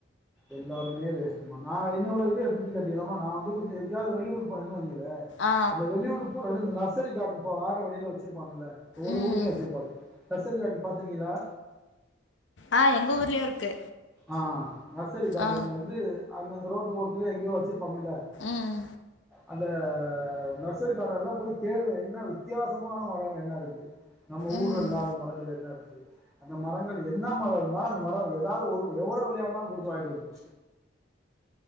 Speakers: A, in the centre; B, on the left.
A: எல்லாமே வேஸ்ட்டுமா நா என்னோட இது எப்பிடின்னு கேட்டயின்னாம்மா நா வந்து கொஞ்ச எங்காவது வெளியூர் போறேன்னு வய் யே
B: ஆ
A: அந்த வெளியூர் போ கயில இந்த நர்சரி கார்டன் இப்போ வார வழில வச்சிருப்பாங்கல்ல ஒவ்வொரு
B: ம்
A: ஊர்லயு வச்சுருப்பாங்க நர்சரி கார்டன் பாத்துருக்கீங்களா
B: ஆ எங்க ஊர்லயு இருக்கு
A: ஆ நர்சரி கார்டன்
B: ஆ
A: வந்து அங்க அந்த ரோட் ட்டு ஓரத்துலயோ எங்கயோ வச் சுருப்பாங்கல்ல
B: ம்
A: அந்த ஆ நர்சரி கார்டன் எல்லா போய் தேடுவே என்ன வித்தியாசமான மரோ என்ன இருக்கு? நம்ம
B: ம்
A: ஊர்ல இல்லாத மரங்கள் என்ன இருக்கு? அந்த மரங்கள் என்னா மர இருந்தாலு அந்த மர ஏதாவது ஒரு எவ்வளோ வெலயா இருந்தாலு குடுத்து வாங்கிட்டு வந்துருவே